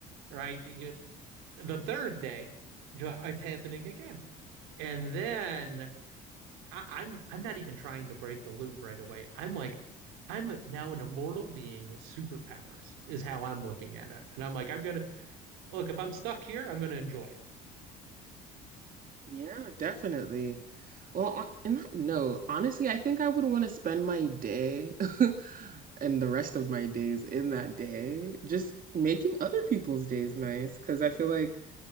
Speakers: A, on the right; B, on the right.
A: right? You, the third day, it's happening again. And then I, I'm I'm not even trying to break the loop right away. I'm like, I'm now an immortal being with superpowers, is how I'm looking at it. And I'm like, I'm gonna look, if I'm stuck here, I'm gonna enjoy it.
B: Yeah, definitely. Well, on, in that note, honestly, I think I would want to spend my day <laughs> and the rest of my days in that day just making other people's days nice because I feel like